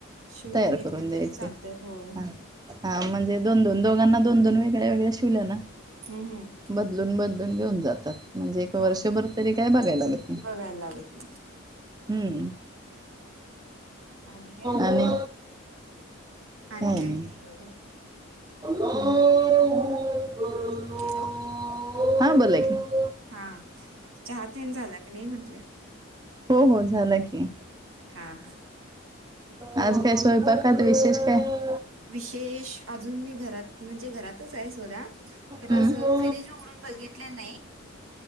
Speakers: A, on the right; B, on the right.
A: शिवून
B: तयार
A: घेतले
B: करून द्यायचे,
A: तरी चालतय होय हम्म
B: हा. हा, म्हणजे दोन-दोन, दोघांना दोन-दोन वेगळ्या वेगळ्या शिवल्या ना
A: हम् हम
B: बदलून बदलून घेऊन जातात. म्हणजे एक वर्षभर
A: हो
B: तरी काय बघाय लागत नाही.
A: बघायला लागत नाही
B: हम्म.
A: आणि काय मग
B: आणि
A: आणि
B: काय नाही.
A: <unintelligible>
B: <unintelligible>
A: हॅलो.
B: <unintelligible>
A: हा चहा तेन झाला का नाही म्हंटलं?
B: हो हो झाला की.
A: हा हा
B: आज काय स्वयंपाकात विशेष काय?
A: विशेष अजून मी घरात म्हणजे घरातच आहे सोडा. तर
B: हम्म
A: असं फ्रीज उघडून बघितलं नाही